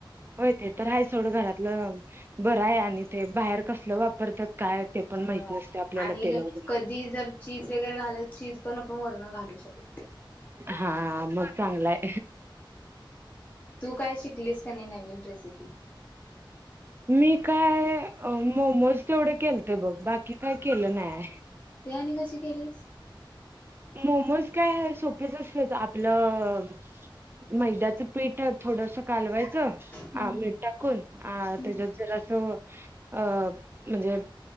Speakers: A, on the right; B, on the left.
A: होय ते तर हा सोडं घरातलं बरं आहे आणि ते बाहेर कसलं वापरतात. काय ते पण
B: होय
A: माहित नसते आपल्याला
B: आणि
A: तेल वगैरे
B: कधी जर चीज वगैरे घालं चीज पण - वरण घालू शकतो.
A: हा मग चांगलाय!
B: तू काय शिकलीस का नाही नवीन रेसिपी!
A: मी काय मोमोज तेवढे केलते बघ - बाकी काय केलं नाय!
B: ते <unintelligible>
A: मोमोज काय सोपेच असत आपलं. मैद्याचं पेठ थोडस - कालवायचं
B: हम्म
A: मीठ टाकून अ
B: हम्म
A: त्याच्यात जरा असं - अं म्हणजे